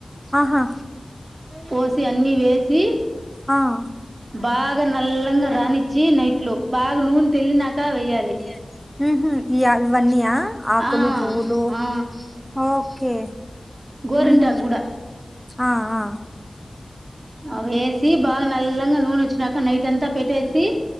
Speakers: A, in the centre; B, on the right (about 45°).
A: ఆహా
B: పోసి అన్ని వేసి
A: ఆ
B: బాగా నల్లంగా రానిచ్చి నైట్ లో బాగా నూనె తెర్లినాకా వెయ్యాలి
A: <inaudible> ఉమ్ హు ఇయ ఇవన్నీయా ఆకులు
B: ఆ
A: పువ్వులు
B: ఆ
A: ఓకే
B: గోరింటా
A: ఊహు
B: గూడ
A: ఆ ఆ
B: అవేసి బాగా నల్లంగ నూనె ఒచ్చినాక నైట్ అంతా పెట్టేసీ